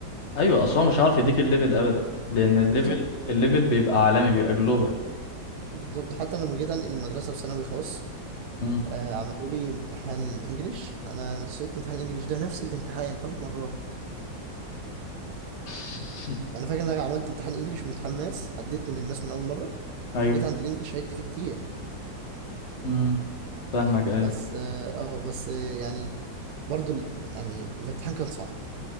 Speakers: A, on the left (about 40°); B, on the right (about 60°).
A: ايوه اصلا مش هعرف يديك الليفل ابدا لان الليفل
B: بالظبط
A: الليفل بيبقى عالمي بيبقى جلوبال
B: بالظبط حتى لما جيت انقل المدرسه في ثانوي خاص
A: مم.
B: آه عملوا لي امتحان انجليش انا سقطت امتحان انجليش ده نفس الامتحان ثلاث مرات
A: <laughs>
B: يعني فاكر ان انا عملت امتحان انجليش وامتحان ماس عديت من الماس من اول مره
A: ايوه
B: جيت عند الانجليش عدت فيه كتير
A: امم فاهمك ايوه
B: بس اه آه، بس آه، يعني برضو ال- يعني الامتحان كان صعب